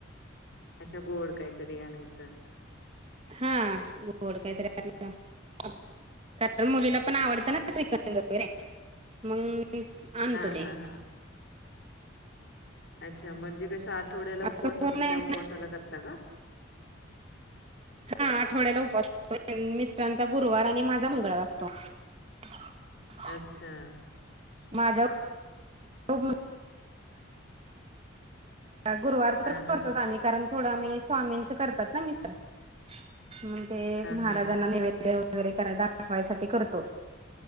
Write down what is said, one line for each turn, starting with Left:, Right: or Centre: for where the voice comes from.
Left: अच्छा! गोड काहीतरी आणायचं.
Right: हा, गोड काहीतरी <unintelligible> कारण मुलीला पण आवडतं ना, श्रीकंड वगैरे, मग आणतो
Left: हां,
Right: ते.
Left: हां, हां. अच्छा! म्हणजे कस आठवड्याला
Right: असं
Left: उपवास असतो,
Right: होत नाही
Left: त्या उपवासाला करता का?
Right: हा, आठवड्याला उपवास असतो, मिस्टरांचा गुरुवार, आणि माझा मंगळवार असतो. <inaudible>
Left: अच्छा!
Right: माझ्या खूप गुरुवार
Left: हां,
Right: तर
Left: हां.
Right: करतोच आम <inaudible> कारण थोड आम्ही स्वामींच करतात ना. मि ते
Left: हां,
Right: महाराजां
Left: हां, हां.
Right: वै वगैरे कराय दाखवायसाठी करतो.